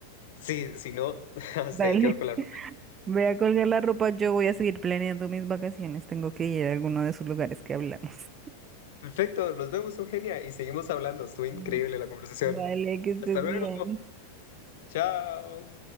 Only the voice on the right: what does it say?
Dale,
voy a colgar la ropa, yo voy a seguir planeando mis vacaciones. Tengo que ir a alguno de esos lugares que hablamos.
<laughs>
Vale, que estés
bien.